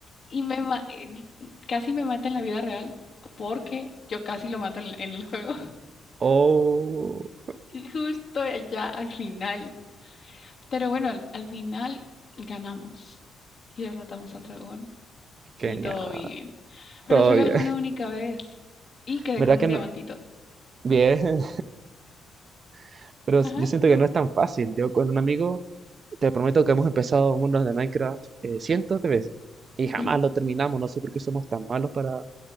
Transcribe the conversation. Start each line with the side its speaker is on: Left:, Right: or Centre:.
Left: Y me ma- eh, casi me mata en la vida real porque yo casi lo mato en, en el juego. <laughs>
Right: Oh,
Left: Y Justo allá al final. Pero bueno, al al final ganamos y derrotamos al dragón. Y
Right: genial.
Left: todo bien. Pero
Right: Todo
Left: solo
Right: bien.
Left: fue una única vez. Y
Right: <laughs>
Left: quedé
Right: ¿Verdad
Left: con un
Right: que
Left: diamantito.
Right: no? Bien. <laughs> Pero
Left: Ajá.
Right: yo siento que no es tan fácil. Yo con un amigo Te prometo que hemos empezado mundos de Minecraft eh, cientos de veces y jamás
Left: Mm.
Right: lo terminamos. No sé por qué somos tan malos para